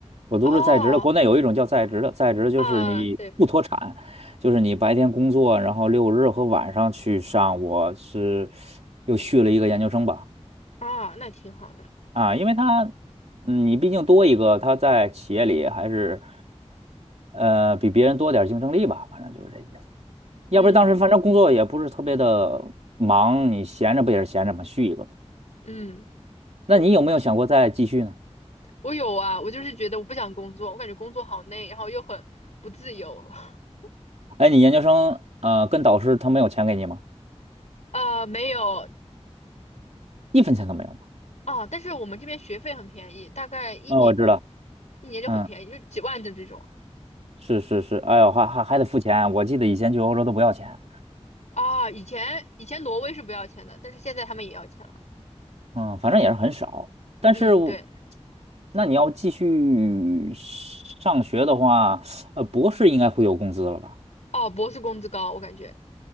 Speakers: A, on the right (about 65°); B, on the left (about 80°).
A: 我读的是在职的，
B: 哦，
A: 国内有一种叫在职的，在职就是你不脱产，
B: 啊，对，
A: 就是你白天工作，然后六日和晚上去上，我是又续了一个研究生吧。
B: 啊，那挺好的。
A: 啊，因为他，嗯，你毕竟多一个，他在企业里还是，呃，比别人多点儿竞争力吧，反正就是这意思。要不然当时反正工作也不是特别的忙，
B: 嗯
A: 你闲着不也是闲着嘛，续一个呗。
B: 嗯，
A: 那你有没有想过再继续呢？
B: 我有啊，我就是觉得我不想工作，我感觉工作好累，然后又很不自由。<laughs>
A: 哎，你研究生，呃，跟导师他没有钱给你吗？
B: 啊，没有
A: 一分钱都没有吗？
B: 啊，但是我们这边学费很便宜，大概一年
A: 啊、我知道，
B: 一年就很便宜，
A: 嗯，
B: 就几万的这种。
A: 是是是，哎呦，还还还得付钱，我记得以前去欧洲都不要钱。
B: 啊，以前以前挪威是不要钱的，但是现在他们也要钱了。
A: 嗯，反正也是很少。但是我
B: 嗯，对。
A: 那你要继续上学的话，呃，博士应该会有工资了吧？
B: 哦，博士工资高，我感觉